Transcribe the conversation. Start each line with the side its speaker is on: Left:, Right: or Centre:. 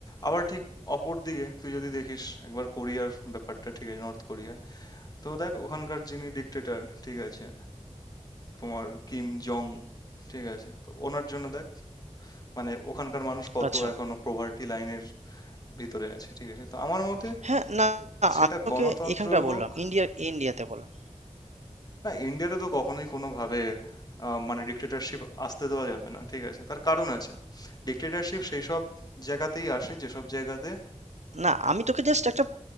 Left: আবার ঠিক অপর দিকে তুই যদি দেখিস একবার কোরিয়ার ব্যাপারটা ঠিক আছে নর্থ কোরিয়া তো দেখ ওখানকার যিনি ডিক্টেটর ঠিক আছে তোমার কিম জং ঠিক আছে তো ওনার জন্য দেখ মানে ওখানকার মানুষ কত
Right: আচ্ছা।
Left: এখনো পোভার্টি লাইনের ভিতরে আছে ঠিক আছে তো আমার মতে
Right: হ্যাঁ, না
Left: সেটা
Right: আমি তোকে
Left: গণতন্ত্র
Right: এখানকার
Left: হোক
Right: বললাম, ইন্ডিয়ার ইন্ডিয়াতে বললাম।
Left: না ইন্ডিয়াতে তো কখনোই কোনোভাবে আহ, মানে ডিক্টেটরশিপ আসতে দেওয়া যাবে না ঠিক আছে তার কারণ আছে ডিক্টেটরশিপ সেই সব জায়গাতেই আসে যেসব জায়গাতে
Right: না, আমি তোকে জাস্ট একটা আ